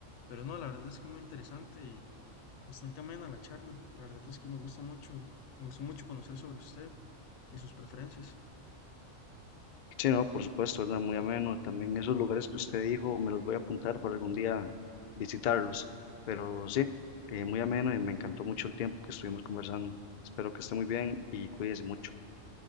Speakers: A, on the left (about 85°); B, on the left (about 70°).
A: Pero no, la verdad es que muy interesante y bastante amena la charla. La verdad es que me gusta mucho, me gustó mucho conocer sobre usted y sus preferencias.
B: Sí, no, por supuesto, ¿verdad? Muy ameno. También esos lugares que usted dijo, me los voy a apuntar para algún día visitarlos. Pero sí, eh, muy ameno y me encantó mucho el tiempo que estuvimos conversando. Espero que esté muy bien y cuídese mucho.